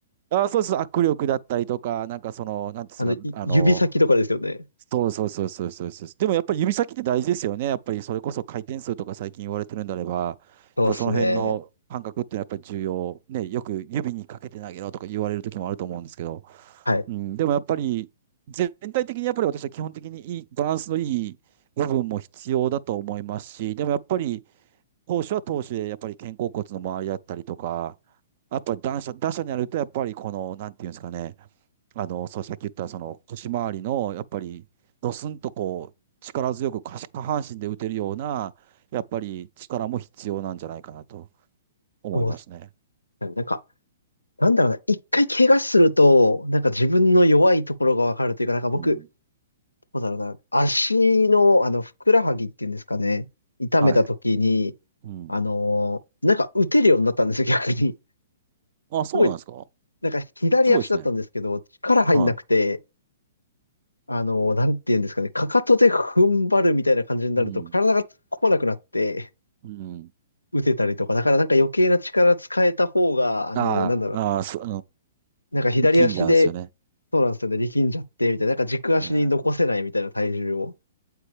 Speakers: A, on the right; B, on the left.
A: あ、そうそう、握力だったりとか、なんかその、なんていうんですか、
B: あの、い指先とかですよね。
A: あの、そうそうそうそうそうそう。でもやっぱり指先って大事ですよね。やっぱりそれこそ回転数とか最近言われてるんであれば、やっぱその辺の感覚ってやっぱり重要。
B: そうですね。
A: ね、よく指にかけて投げろとか言われる時もあると思うんですけど、
B: はい。
A: うん、でもやっぱり全体的にやっぱり私は基本的にいい、バランスのいい部分も必要だと思いますし、でもやっぱり投手は投手でやっぱり肩甲骨の周りだったりとか、やっぱり打者、打者になるとやっぱりこの、なんていうんですかね、あの、そう、さっき言った、その、腰回りの、やっぱり、ドスンとこう、力強く下下半身で打てるような、やっぱり力も必要なんじゃないかなと思いますね。
B: そうっすね。なんか、なんだろうな、一回怪我すると、なんか自分の弱いところがわかるというか、なんか僕、
A: うん。
B: そうだろうな。足の、あの、ふくらはぎっていうんですかね。痛めた時に、
A: はい。うん。
B: あのーなんか打てるようになったんですよ、<laughs> 逆に。
A: あ、そうなんですか
B: すごい、なんか左足だったんですけど、
A: すごいですね。
B: 力入んなくて、
A: は
B: あのーなんていうんですかね、かかとで踏ん張るみたいな感じになると、
A: い。うん。
B: 体が突っ込まなくなって、
A: うん。
B: 打てたりとか、だからなんか余計な力使えた方が、あのーなんだろう、
A: ああ、ああ、そ、
B: なんか左足で、
A: うん。力んじゃうんですよね。
B: そうなんですよね、力んじゃって、みたいな、なんか軸足に残せないみたいな体重を、
A: うん。